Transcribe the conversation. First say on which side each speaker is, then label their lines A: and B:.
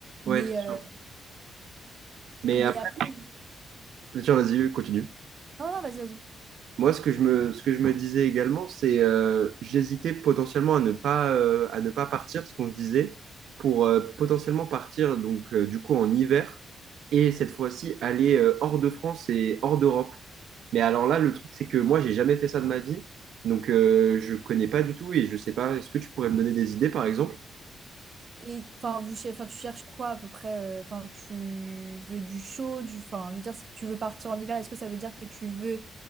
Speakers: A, on the right; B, on the right.
A: Ouais,
B: Mais
A: c'est
B: euh,
A: sûr. Mais
B: mais
A: après,
B: après, oui.
A: tiens, vas-y, continue.
B: non, non, vas-y, vas-y.
A: Moi, ce que je me, ce que je me disais également, c'est euh, j'hésitais potentiellement à ne pas, euh, à ne pas partir, ce qu'on se disait, pour euh, potentiellement partir donc euh, du coup en hiver et cette fois-ci aller euh, hors de France et hors d'Europe. Mais alors là, le truc, c'est que moi, j'ai jamais fait ça de ma vie, donc euh, je connais pas du tout et je sais pas. Est-ce que tu pourrais me donner des idées, par exemple?
B: Et enfin, vous, cher- enfin, tu cherches quoi à peu près? euh, Enfin, tu veux du chaud, du. Enfin, je veux dire, si tu veux partir en hiver, est-ce que ça veut dire que tu veux